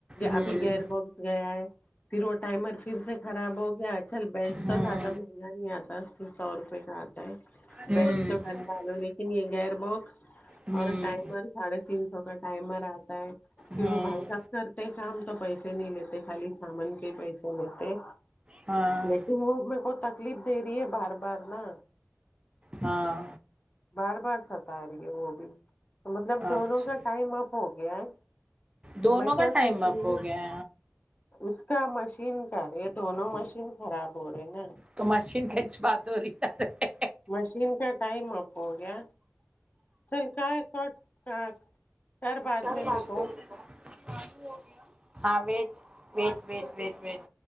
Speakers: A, on the right; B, on the left.
A: ہوں
B: ابھی گر ب گیا ہے پھر وہ ٹائمر پھر سے خراب ہو گیا چل بیلٹ
A: ہوں
B: تو زیادہ مہنگا نہیں آتا دس سے سو روپئے کا آتا ہے
A: ہوں
B: بیلٹ تو ڈل والا لو لیکن یہ گیئر باکس
A: ہوں
B: اور ٹائمر ساڑھے تین سو کا ٹائمر آتا ہے پھر
A: ہوں
B: وہ بھائی کا کرتے کام تو پیسے نہیں لیتے خالی سامان کے ہی پیسے لیتے
A: ہاں
B: لیکن وہ میرے کو تکلیف دے رہی ہے بار بار نا
A: ہاں
B: بار بار ستا رہی ہے وہ بھی مطلب
A: اچھا
B: دونوں کا ٹائم اپ ہو گیا ہے
A: دونوں
B: میں کیا
A: کا ٹائم
B: سوچ
A: اب
B: رہی
A: ہو
B: ہوں
A: گیا
B: اس کا مشین کر رے دونوں مشین خراب ہو رہے نا
A: تو مشین کچا وہ تو رہی ہے
B: مشین کا ٹائم اب ہو گیا چل کا <unintelligible>
A: کار
B: میں
A: بعد
B: میرے کو
A: کے ان کو ہاں white white white white white